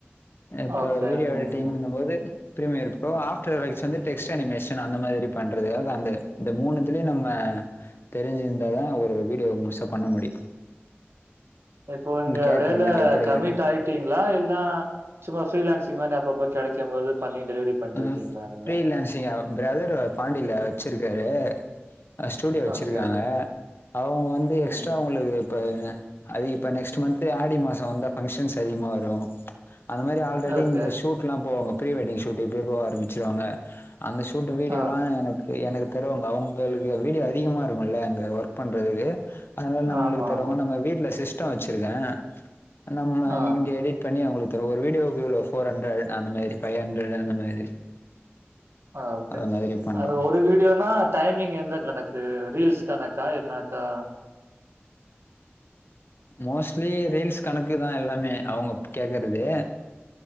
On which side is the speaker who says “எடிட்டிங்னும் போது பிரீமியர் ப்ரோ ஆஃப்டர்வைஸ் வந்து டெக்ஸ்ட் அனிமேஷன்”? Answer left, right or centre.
Left